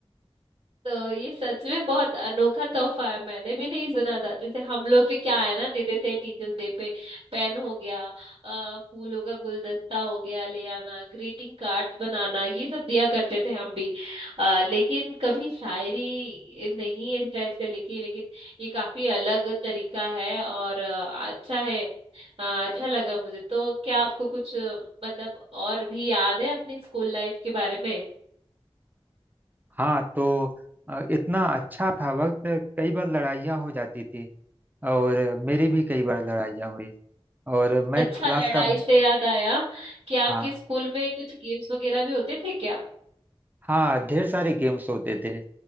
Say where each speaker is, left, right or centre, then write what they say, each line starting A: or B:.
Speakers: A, on the right; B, on the right.
A: तो ये सच में बहुत अनोखा तोहफा है मैंने भी नहीं सुना था जैसे हम लोग भी क्या है ना देते थे टीचर्स डे पे पेन हो गया अ, फूलों का गुलदस्ता हो गया ले आना ग्रीटिंग कार्ड्स बनाना ये सब दिया करते थे हम भी अ, लेकिन कभी शायरी नहीं इस टाइप से लिखी लेकिन ये काफी अलग तरीका है और अ, अच्छा है अ, अच्छा लगा मुझे तो क्या आपको कुछ अ, मतलब और भी याद है अपनी स्कूल लाइफ के बारे में
B: हाँ तो अ, इतना अच्छा था वक्त कई बार लड़ाइयाँ हो जाती थी और मेरी भी कई बार लड़ाइयाँ हुई और मैं
A: अच्छा
B: क्लास
A: लड़ाई
B: का
A: से याद आया कि
B: हाँ
A: आपके स्कूल में कुछ गेम्स वगैरह भी होते थे क्या
B: हाँ ढेर सारे गेम्स होते थे